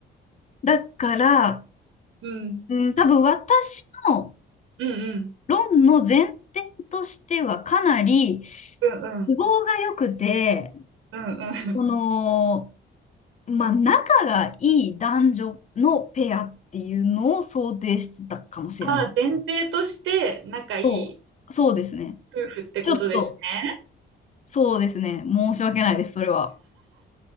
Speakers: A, on the left; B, on the right.
A: だから、
B: うん。
A: うん、多分私の
B: うんうんうん。
A: 論の前提としてはかなり、
B: うんうん。
A: 都合が良くて、
B: うんうん。
A: この、まあ、仲がいい男女のペアっていうのを想定してたかもしれない。
B: <laughs> ああ、前提として仲いい
A: そう、そうですね。
B: 夫婦ってことですね。
A: ちょっと、そうですね。申し訳ないです、それは。